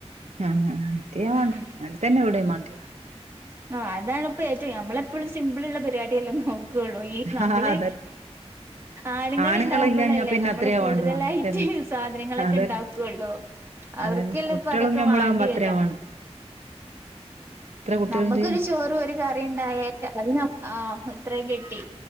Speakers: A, on the right (about 80°); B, on the right (about 20°).
A: ആഹ് അഹ് ഞാൻ കണ്ട് അങ്ങ
B: ഉം ഉം
A: <unintelligible> നെ തന്നെ എവിടെ വേണ്ട.
B: ആഹ് അതാണിപ്പ എറ്റവും നമ്മളെപ്പളും സിമ്പിളൊള്ള പരിപാടിയല്ലേ നോക്ക്- ക്കുള്ളൂ ഈ നമ്മള്
A: ആഹ് അതെ
B: ആണുങ്ങള്
A: ആണുങ്ങളില്ലാഞ്ഞാ
B: ഇണ്ടാവുമ്പോഴല്ലേ
A: പിന്നെ
B: നമ്മള്
A: അത്രയാ
B: കൂടുതലായിട്ട്.
A: വേണ്ടു അങ്ങനെ തന്നെ
B: സാധനങ്ങളൊക്കെ
A: അതന്നെ
B: ഇണ്ടാക്കുള്ളോ. അവർക്കല്ലെ
A: അതന്നെ കുട്ടികളും
B: ഇപ്പൊ അതൊക്കെ
A: ഞമ്മളാകുമ്പോ
B: വാണ്ടി
A: അത്ര
B: വരിക
A: ആവാണ്ട് എത്ര കുട്ടികളുണ്ട്
B: നമ്മുക്കൊരു ചോറും, ഒരു കറി ഉണ്ടായാൽ അത് ആ ഇത്രയും കിട്ടി.